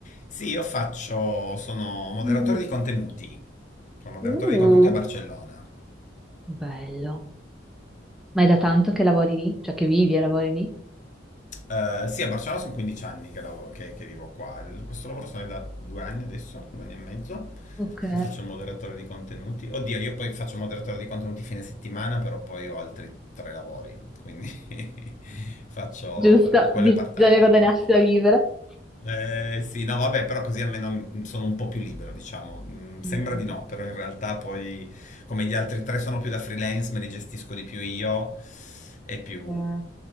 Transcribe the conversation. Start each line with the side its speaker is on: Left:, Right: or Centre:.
Left: Sì, io faccio, sono moderatore
Centre: Mm,
Left: di contenuti, sono moderatore
Centre: Uh,
Left: di contenuti a Barcellona.
Centre: bello. Ma è da tanto che lavori lì? Cioè che vivi e lavori lì?
Left: Eh, sì, a Barcellona sono 15 anni che, lavo- che- che vivo qua. Il- questo lavoro sono da due anni adesso, due anni e mezzo,
Centre: Ok,
Left: che faccio il moderatore di contenuti. Oddio, io poi faccio il moderatore di contenuti fine settimana, però poi ho altri tre lavori, quindi <laughs> faccio
Centre: giusto,
Left: quello
Centre: bisogna
Left: è part-time.
Centre: guadagnarsi da vivere.
Left: Eh, sì, no, vabbè, però così almeno mm, sono un po' più libero, diciamo. Mm, sembra
Centre: Mm,
Left: di no, però in realtà poi, come gli altri tre sono più da freelance, me li gestisco di più io, è più,
Centre: mm, mm,